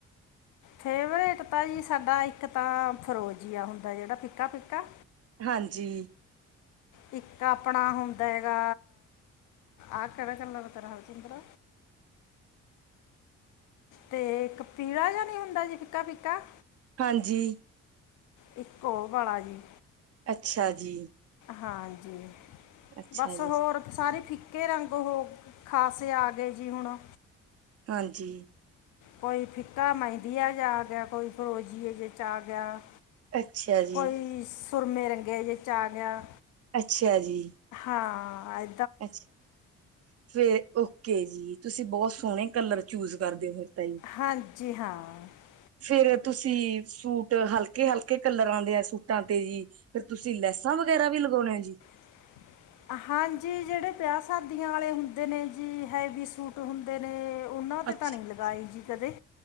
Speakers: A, on the left (about 75°); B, on the right (about 50°).
A: ਫੇਵਰੇਟ ਤਾਂ ਜੀ ਸਾਡਾ ਇੱਕ ਤਾਂ ਫਰੋਜੀ ਅ ਹੁੰਦਾ ਜੇੜਾ ਫਿਕਾ, ਫਿਕਾ
B: ਹਾਂਜੀ।
A: ਇੱਕ ਆਪਣਾ ਹੁੰਦਾ ਹੈਗਾ ਆ ਕੇੜਾ ਕੱਲਰ ਕਰਾ ਹਰਜੀਂਦਰ? ਤੇ ਇੱਕ ਪੀਲਾ਼ ਜੇਆ ਨੀ ਹੁੰਦਾ ਜੀ ਫਿੱਕਾ, ਫਿੱਕਾ।
B: ਹਾਂਜੀ।
A: ਇੱ ਓ ਵਾਲਾ਼ ਜੀ।
B: ਅੱਛਾ ਜੀ।
A: ਹਾਂਜੀ,
B: ਅੱਛਾ
A: ਬਸ
B: ਜੀ
A: ਹੋਰ ਸਾਰੇ ਫਿਕ ਕੇ ਰੰਗ ਹੋ ਖਾਸੇ ਆ ਗਏ ਜੀ ਹੁਣ।
B: ਹਾਂਜੀ।
A: ਕੋਈ ਫਿੱਕਾ ਮੈਂਦੀਆ ਜੇਆ ਆ ਗੇਆ, ਕੋਈ ਫਰੋਜੀਏ ਚ ਆ ਗੇਆ।
B: ਅੱਛਾ ਜੀ,
A: ਕੋਈ ਸੁਰਮੇ ਰੰਗੇ ਜੇ ਚ ਆ ਗੇਆ।
B: ਅੱਛੇਯਾ ਜੀ।
A: ਹਾਂ ਆ
B: ਅੱਛਾ, ਫੇਰ ਓਕੇ ਜੀ। ਤੁਸੀਂ ਬੋਤ ਸੋਣੇ ਕੱਲਰ ਚੂਯਜ ਕਰਦੇ ਫੇਰ ਤਾ ਜੀ।
A: ਹਾਂਜੀ ਹਾਂ
B: ਫੇਰ ਤੁਸੀਂ, ਸੂਟ ਹਲਕੇ-ਹਲਕੇ ਕਲਰਾਂ ਦੇ ਆਂ ਸੂਟਾਂ ਤੇ ਜੀ ਫੇਰ ਤੁਸੀਂ ਲੈਸਾਂ ਵਗੈਰਾ ਵੀ ਲਗਾਓਨੇ ਆ ਜੀ।
A: <inaudible> ਹਾਂਜੀ। ਜੇੜੇ ਬੇਯਾ ਸਾਦੀਆਂ ਵਾਲੇ ਹੁੰਦੇ ਨੇ ਜੀ, ਹੈਵੀ ਸੂਟ ਹੁੰਦੇ ਨੇ ਓਨਾਂ ਤੇ
B: ਅੱਛਾ।
A: ਤਾਂ ਨਈ ਲਗਾਈ ਜੀ ਕਦੇ।